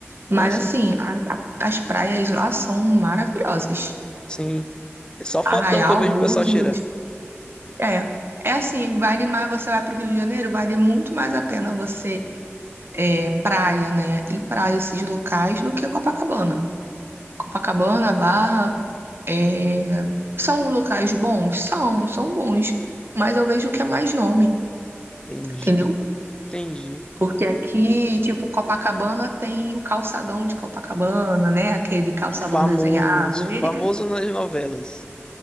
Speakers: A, on the left; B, on the right.
A: nossa,
B: Mas assim, a- a- as praias lá são maravilhosas.
A: sim, é só fotão
B: Arraial,
A: que eu vejo
B: Búzios,
A: o pessoal tirar.
B: é. É assim, vale mais você vai para o Rio de Janeiro, vale muito mais a pena você é, praia, né? Ir para esses locais do que Copacabana. Copacabana, Barra, é, são locais bons? São, são bons. Mas eu vejo que é mais nome,
A: Entendi,
B: entendeu?
A: entendi.
B: Porque aqui, tipo, Copacabana tem o calçadão de Copacabana, né? Aquele calçadão
A: Famoso,
B: desenhado. Ele
A: famoso nas novelas.